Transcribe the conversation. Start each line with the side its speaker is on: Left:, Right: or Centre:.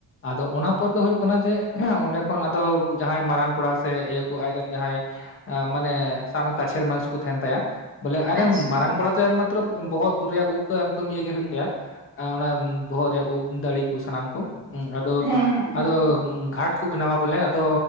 Left: ᱟᱫᱚ ᱚᱱᱟ ᱯᱚᱨ ᱫᱚ ᱦᱩᱭᱩᱜ ᱠᱟᱱᱟ ᱡᱮ ᱚᱸᱰᱮ ᱠᱷᱚᱱ ᱟᱫᱚ ᱡᱟᱦᱟᱸᱭ ᱢᱟᱨᱟᱝ ᱠᱚᱲᱟ ᱥᱮ ᱤᱭᱟᱹ ᱠᱚ ᱟᱡ ᱨᱮᱱ ᱡᱟᱦᱟᱸᱭ ᱢᱟᱱᱮ ᱥᱟᱵ ᱢᱮ ᱠᱟᱪᱷᱮᱨ ᱢᱟᱱᱩᱥ ᱠᱚ ᱛᱟᱦᱮᱸᱱ ᱛᱟᱭᱟ᱾ ᱵᱚᱞᱮ ᱟᱡᱨᱮᱱ
Right: ᱟᱪᱪᱷᱟ
Left: ᱢᱟᱨᱟᱝ ᱠᱚᱲᱟ ᱫᱚ ᱮᱠᱢᱟᱛᱨᱚ ᱵᱚᱦᱚᱜ ᱨᱮᱭᱟᱜ ᱩᱵ ᱫᱚ ᱮᱠᱫᱚᱢ ᱤᱭᱟᱹ ᱜᱮ ᱦᱩᱭᱩᱜ ᱛᱟᱭᱟ, ᱚᱱᱟ ᱵᱚᱦᱚᱜ ᱨᱮᱭᱟᱜ ᱩᱵ, ᱫᱟᱲᱤ ᱠᱚ ᱥᱟᱱᱟᱢ ᱠᱚ᱾ ᱩᱸ ᱟᱫᱚ,
Right: ᱦᱮᱸ ᱦᱮᱸ
Left: ᱟᱫᱚ
Right: ᱦᱮᱸ
Left: ᱜᱷᱟᱴ ᱠᱚ ᱵᱮᱱᱟᱣᱟ ᱵᱚᱞᱮ ᱟᱫᱚ